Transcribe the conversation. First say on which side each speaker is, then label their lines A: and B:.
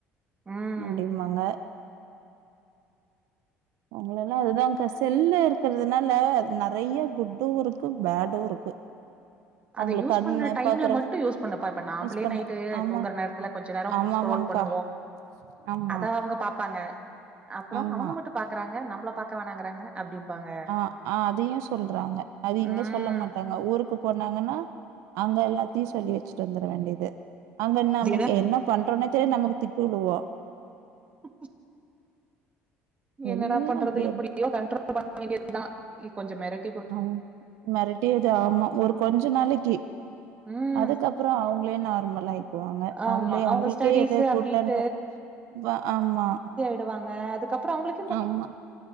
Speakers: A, on the right; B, on the right.
A: ம்
B: அப்டிம்பாங்க அவங்களெல்லா அதுதா கஷ் செல்ல இருக்கிறதுனால நெறய குட்டு இருக்கு பேடு இருக்கு அவங்களுக்கு
A: அத யூஸ்
B: கண்ணு
A: பண்ண டைம்ல
B: பாக்குற
A: மட்டும் அத யூஸ் பண்ண டைம்ல மட்டு யூஸ் பண்ண பாப்பே நாம்ப்லே
B: யூஸ் பண்ண
A: நைட்டு
B: ஆமா
A: தூங்குற நேரத்துல கொஞ்ச நேரோ
B: ஆமா
A: ஸ்க்ரால்
B: ஆமாங்க்கா
A: பண்ணுவோ
B: ஆமா
A: அத அவுங்க பாப்பாங்க அப்றோ
B: ஆமா.
A: அவுங்க மட்டு பாக்குறாங்க நம்ள பாக்க வேணாங்கறாங்க அப்டிம்பாங்க
B: ஆ ஆ அதையு சொல்றாங்க அது இங்க
A: ம்
B: சொல்ல மாட்டாங் க ஊருக்கு போனாங்கன்னா அங்க எல்லாத்தையு சொல்லி வச்ட்டு வந்துர வேண்டியது அங்க நமக்கு
A: அதேதா
B: என்ன பண்றோனே தெரிய நமக்கு திட்டு விழுவா
A: அ என்னடா
B: எல்லாம்
A: பண்றது
B: அப்படியே
A: இப்படியோ கண்ட்ரோல் பண்ண வேண்டியதுதான் கொஞ்சம் மெரட்
B: ஆ மெறட்டியது ஆமா ஒரு கொஞ்ச நாளைக்கி
A: ம்
B: அதுக்கப் ப்றோ அவுங்களே நார்மல் ஆயி வாங்க
A: ஆமா
B: அவுங்களே
A: அவங்க
B: அவுங்களுக்கே
A: ஸ்டடீஸ்
B: எத
A: அப்டின்ட்டு
B: குட்டன் அ ஆமா
A: இதுவாங்க அதுக்கப்புறம் அவுங்களுக்
B: ஆமா